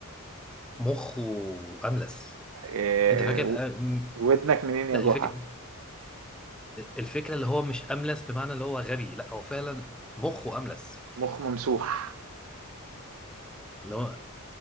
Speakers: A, in the centre; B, on the right (about 65°).
A: مخه املس
B: آه،
A: انت فاكر
B: و-
A: أ- م-
B: ودنك منين يا
A: لا
B: جحا
A: الفكرة الفكرة اللي هو مش املس بمعنى اللي هو غبي لا هو فعلا مخه املس
B: مخ ممسوح
A: لو